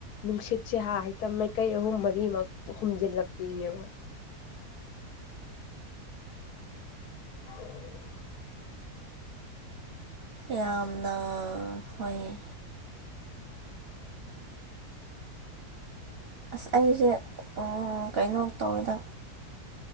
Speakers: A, on the left; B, on the right.
A: ꯅꯨꯡꯁꯤꯠꯁꯦ ꯍꯥ ꯍꯛꯇ ꯃꯥꯏꯀꯩ ꯑꯍꯨꯝ ꯃꯔꯤꯃꯛ ꯍꯨꯝꯖꯤꯜꯂꯛꯄꯤꯅꯦꯕ <unintelligible>
B: ꯌꯥꯝꯅ ꯍꯣꯢꯌꯦ ꯑꯁ ꯑꯩꯁꯦ ꯀꯩꯅꯣ ꯇꯧꯔꯤꯗ